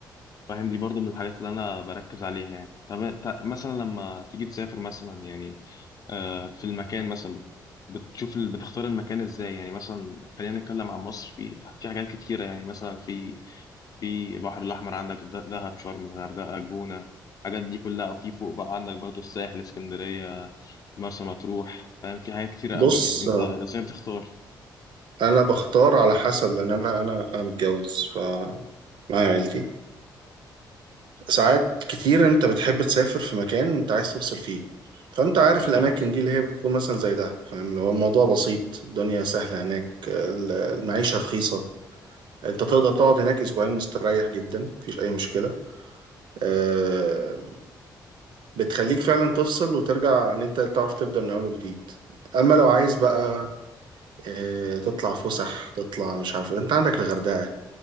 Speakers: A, on the left; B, on the right.
A: فاهم دي برضو من الحاجات اللي انا بركز عليها يعني طب ت- مثلا لما تيجي تسافر مثلا يعني آه، في المكان مثلا بت- بتشوف ال- بتختار المكان ازاي يعني مثلا خلينا نتكلم عن مصر في في حاجات كتيرة يعني مثلا في في البحر الاحمر عندك د- دهب شرم الغردقة الجونة الحاجات دي كلها وفي فوق بقى عندك برضو الساحل اسكندرية مرسى مطروح فاهم في حاجات كتيرة
B: بص
A: قوي يعني انت ازاي بتختار
B: أنا بختار على حسب لأن أنا أنا أنا متجوز فمعايا
A: مم.
B: عيلتي ساعات كتير انت بتحب تسافر في مكان انت عايز توصل فيه فانت عارف
A: بالظبط
B: الاماكن دي اللي هي بتكون مثلا زي ده فاهم اللي هو الموضوع بسيط الدنيا سهلة هناك ال- المعيشة رخيصة انت تقدر تقعد هناك اسبوعين مستريح جدا مفيش اي مشكلة آه، بتخليك فعلا تفصل وترجع ان انت تعرف تبدأ من اول وجديد اما لو عايز بقى آه، تطلع فسح تطلع مش عارف انت عندك الغردقة